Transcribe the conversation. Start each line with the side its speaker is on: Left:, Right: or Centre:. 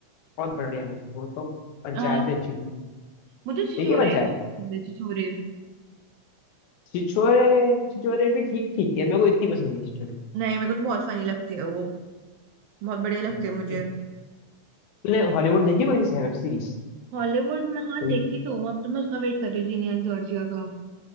Left: बहुत बढ़िया मूवी वो तो पंचायत
Right: अ,
Left: भी अच्छी थी
Right: मुझे छिछोरे
Left: देखिए पंचायत
Right: भी बहुत पसंद है छिछोरे
Left: छिछोरे छिछोरे भी ठीक ठीक है मेरे को इतनी पसंद नहीं छिछोरे
Right: नहीं मेरे को तो बहुत फनी लगती है वो बहुत बढ़िया लगते
Left: हम्म।
Right: हैं मुझे
Left: एक। तूने हॉलीवुड देखी कोई वेब सीरीज
Right: हॉलीवुड में हाँ
Left: कोई
Right: देखती तो हूँ अब तो मैं उसका वेट कर रही हूँ जीनिया एंड जॉर्जिया का